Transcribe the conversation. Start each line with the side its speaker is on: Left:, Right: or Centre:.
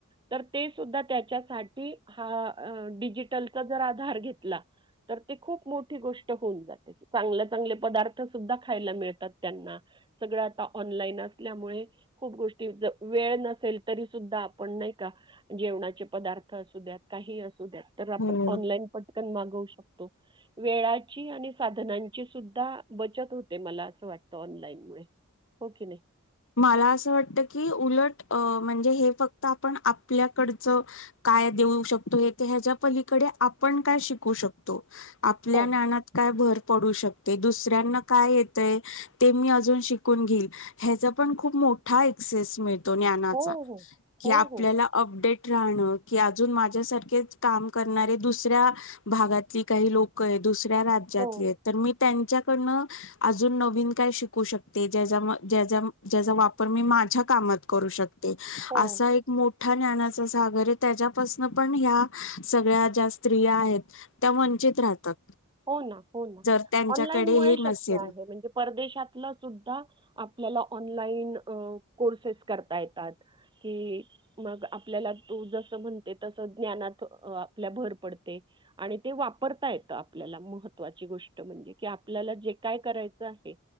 Right: तर ते सुद्धा त्याच्यासाठी हा डिजिटलचा जर आधार घेतला तर ते खूप मोठी गोष्ट होऊन जाते चांगल चांगले पदार्थ सुद्धा खायला मिळतात त्यांना सगळं आता ऑनलाईन असल्यामुळे खूप गोष्टी वेळ नसेल तरी सुद्धा आपण नाही का जेवणाचे पदार्थ असू द्यात काही असू द्यात तर आपण
Left: हो
Right: ऑनलाईन पट कण मागवू शकतो वेळाची आणि साधनांची सुद्धा बचत होते मला अस वा टत ऑनलाईन मुळे हो की नाही?
Left: मला असं वाटत की उलट म्हणजे हे फक्त आपण आपल्याकडचं काय देऊ शकतो हे ह्याच्या पलीकडे आपण काय शिकू शकतो आपल्या
Right: हो.
Left: ज्ञानात काय भर पडू शक ते दुसऱ्यांना काय येतय ते मी अजून शिकून घेईल ह्याच पण खूप मोठा एक्सेस मिळतो ज्ञानाचा
Right: हो, हो.
Left: की
Right: हो,
Left: आपल्या
Right: हो.
Left: अपडेट राहण की आजून माझ्यासारखेच काम करणारे दुसऱ्या भागातली काही लोक हेत दुसऱ्या राज्यातले
Right: हो,
Left: तर मी त्यांच्या कडन आजून नवीन काय शिकू शकते जेज्या म जेज्या म ज्येजा वापर मी माझ्या कामात करू शकते
Right: हो.
Left: आसा एक मो ठा ज्ञानाचा सागर आहे त्याच्यापासन पण ह्या सगळ्या ज्या स्त्रिया आहेत त्या वंचित राहतात.
Right: हो ना, हो ना,
Left: जर त्यांच्याकडे
Right: ऑनलाईन मुळे
Left: हे
Right: शक्य
Left: नसेल
Right: आहे म्हणजे परदेशातलं सुद्धा आपल्याला ऑनलाईन कोर्सेस करता येतात. कि मग आपल्याला तू जस म्हणते तस ज्ञानात आपल्या भर पडते. आणि ते वापरता येता. आपल्याला महत्वाची गोष्ट म्हणजे की आपल्याला जे काय करायचं आहे